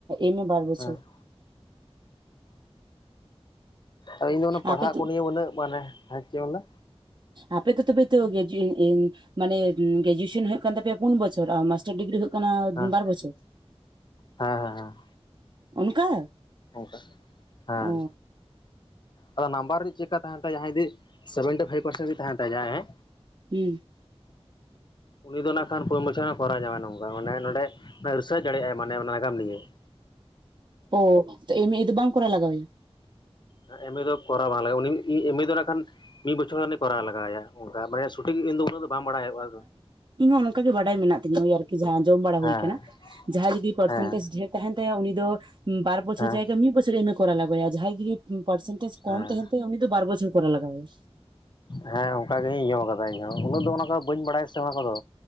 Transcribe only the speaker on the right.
ᱮᱢᱮ ᱵᱟᱨ ᱵᱚᱪᱷᱚᱨ
ᱟᱯᱮ ᱫᱚ
ᱟᱯᱮ ᱫᱚ ᱛᱚᱵᱮᱛᱚ ᱜᱮᱡᱩᱭᱤᱱ ᱤᱱ ᱢᱟᱱᱮ ᱜᱨᱮᱡᱩᱭᱮᱥᱮᱱ ᱦᱩᱭᱩᱜ ᱠᱟᱱ ᱛᱟᱯᱮᱭᱟ ᱯᱩᱱ ᱵᱚᱪᱷᱚᱨ ᱟᱨ ᱢᱟᱥᱴᱟᱨ ᱰᱤᱜᱨᱤ ᱦᱩᱭᱩᱜ ᱠᱟᱱᱟ
ᱵᱟᱨ ᱵᱚᱪᱷᱚᱨ
ᱚᱱᱠᱟ
ᱚ
ᱦᱩᱸ
ᱚ ᱮᱢᱮ ᱫᱚ ᱵᱟᱝ ᱠᱚᱨᱟᱣ ᱞᱟᱜᱟᱣ ᱟᱭᱟ
ᱤᱧᱦᱚᱸ ᱚᱱᱚᱝᱠᱟ ᱜᱮ ᱵᱟᱰᱟᱭ ᱢᱮᱱᱟᱜ ᱛᱤᱧᱟ ᱳᱭᱟᱨ ᱠᱤ ᱡᱟᱦᱟᱸ ᱟᱸᱡᱚᱢ ᱵᱟᱲᱟ
ᱦᱩᱭ ᱠᱟᱱᱟ ᱡᱟᱦᱟᱸᱭ ᱡᱩᱫᱤ ᱯᱟᱨᱥᱮᱱᱴᱡᱽ
ᱰᱷᱮᱨ ᱛᱟᱦᱮᱱ ᱛᱟᱭᱟ ᱩᱱᱤ ᱫᱚ ᱵᱟᱨ ᱵᱚᱪᱷᱚᱨ
ᱡᱟᱭᱜᱟ ᱢᱤᱫ ᱵᱚᱪᱷᱚᱨᱮ ᱮᱢ ᱠᱚᱨᱟᱣ ᱞᱟᱜᱟᱣᱟᱭᱟ ᱡᱟᱦᱟᱸᱭ ᱡᱩᱫᱤ ᱯᱟᱨᱥᱮᱱᱴᱮᱡᱽ
ᱠᱚᱢ ᱛᱟᱦᱮᱱ ᱛᱟᱭᱟ ᱩᱱᱤ ᱫᱚ ᱵᱟᱨ ᱵᱚᱪᱷᱚᱨ ᱠᱚᱨᱟᱣ ᱞᱟᱜᱟᱣᱟᱭᱟ᱾